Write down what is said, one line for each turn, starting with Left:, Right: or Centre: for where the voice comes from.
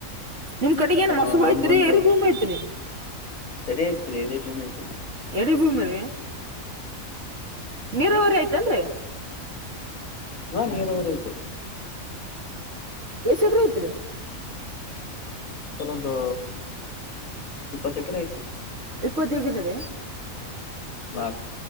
Right: ನಿಮ್ ಕಡೆಗ ಏನ್
Left: ಆ
Right: ಮಸಬ
Left: ನಂಗಗೊಂದು
Right: ಐತ್ರಿ ಎರಿ ಭೂಮಿ ಐತ್ರಿ
Left: ಸರಿ ಆಯ್ತರಿ ಅದೇ ಭೂಮಿ ಆತರಿ
Right: ಮರಿಭೂಮಿ ರ ನೀರಾವರಿ ಆಯ್ತು ಚನ್
Left: ಹಾ ನೀರ ಊರಐ್ತ
Right: ಎ ಚಗ್ರ ಐತ್ರಿ
Left: ಸಲೊಂದು ಇಪ್ಪತ್ ಎಕರೆ ಆಯ್ತು
Right: ಇಪ್ಪತ್ತು ಹೇಗೀ
Left: ಹಾ